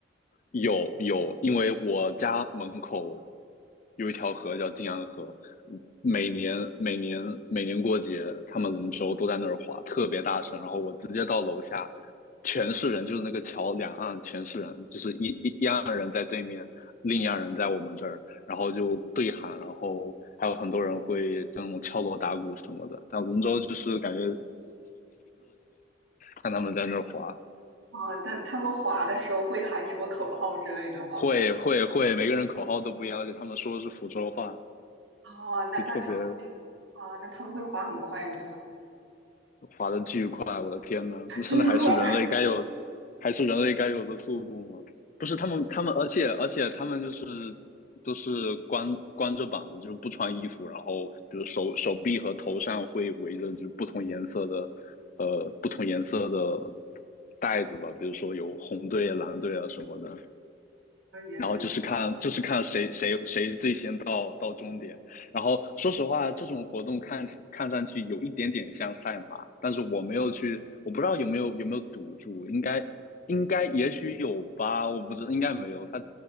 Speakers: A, on the left; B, on the right.
A: 有有，因为我家门口有一条河叫晋阳河，每年每年每年过节，他们龙舟都在那儿划，特别大声。然后我直接到楼下，全是人，就是那个桥两岸全是人，就是一一一岸人在对面，另一岸人在我们这儿，然后就对喊，然后还有很多人会这种敲锣打鼓什么的。但龙舟就是感觉看他们在那儿划，
B: 啊？但他们划的时候会喊什么口号之类的吗？
A: 会会会，每个人口号都不一样，而且他们说的是福州话。
B: 哦，那那他们会啊，
A: 就特别
B: 那他们会划很快，对吧？
A: 滑的巨快，我的天呐，那真的还是人类该有，
B: 巨快。
A: 还是人类该有的速度吗？不是他们，他们，而且而且他们就是都是光光着膀子，就是不穿衣服，然后比如手手臂和头上会围着就是不同颜色的，呃，不同颜色的袋子吧，比如说有红队、蓝队啊什么的。
B: <laughs> 原来
A: 然后就是看就是看谁谁谁最先到到终点。然后说实话，这种活动看看上去有一点点像赛马，但是我没有去，我不知道有没有有没有赌注，应该应该也许有吧，我不知道应该没有。他，